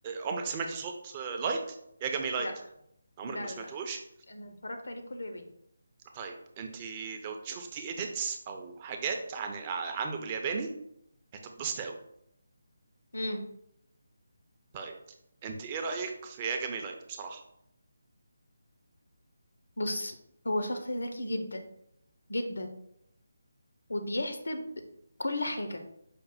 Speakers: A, on the right; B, on the left.
A: عمرك سمعت صوت آه، لايت يا جمي لايت
B: لا
A: عمرك
B: لا
A: ما سمعتوش
B: لا لا انا اتفرجت عليه كله ياباني
A: طيب انت لو شفتي اديتس او حاجات عن عنه بالياباني هتتبسطي قوي
B: امم
A: طيب انت ايه رايك في يا جمي لايت بصراحه
B: بص هو شخص ذكي جدا جدا وبيحسب كل حاجة